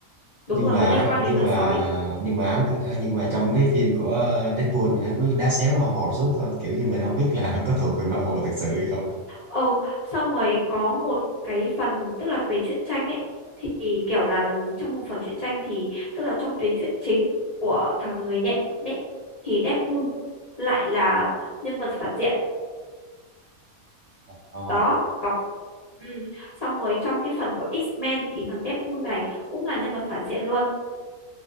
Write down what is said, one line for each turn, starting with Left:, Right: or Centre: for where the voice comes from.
Left: đúng
Right: nhưng
Left: rồi
Right: mà
Left: nó liên
Right: hắn-
Left: quan
Right: nhưng
Left: đến người
Right: mà
Left: sói
Right: nhưng mà hắn cứ, à, nhưng mà trong cái phim của Deadpool thì hắn cứ đá xéo Marvel suốt thôi kiểu như mình không biết là <laughs> có thuộc về Marvel thực sự hay không
Left: ừ xong rồi có một cái phần tức là về truyện tranh ấy thì kiểu là ừm, trong một phần truyện tranh thì tức là trong tuyến truyện chính của thằng người nhện đấy thì Deadpool lại là nhân vật phản diện
Right: Ờ.
Left: đó có ừ. xong rồi trong cái phần của X-Men thì thằng Deadpool này cũng là nhân vật phản diện luôn